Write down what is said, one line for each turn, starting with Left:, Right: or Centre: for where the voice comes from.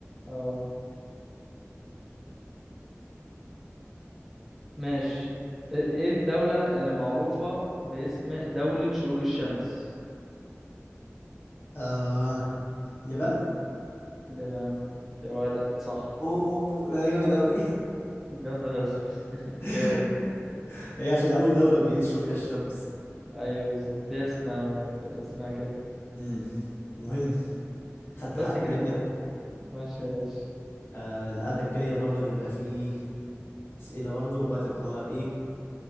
Centre: اه ماشي ايه إيه الدولة اللي معروفة باسم دولة شروق الشمس
Left: آه، اليابان
Centre: اليابان يا ولد صح
Left: اوه ده انا جامد قوي
Centre: جامدة بس <laughs>
Left: <laughs>
Centre: جامد
Left: هي عشان اول دولة بيشرق فيها الشمس
Centre: ايوه بالظبط هي اسمها اسمها كده
Left: امم المهم خدت
Centre: بس
Left: حقي
Centre: كده
Left: منك
Centre: ماشي يا باشا
Left: آه القعدة الجاية برضو هيبقى فيه أسئلة برضو وهتبقى ما- ايه